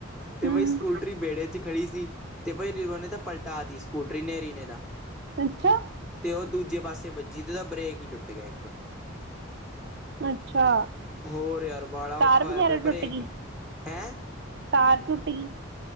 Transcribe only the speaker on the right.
ਹਮ
ਅੱਛਾ।
ਅੱਛਾ।
ਤਾਰ
ਵਗੈਰਾ
ਟੁੱਟ ਗਈ
ਤਾਰ ਟੁੱਟ ਗੀ।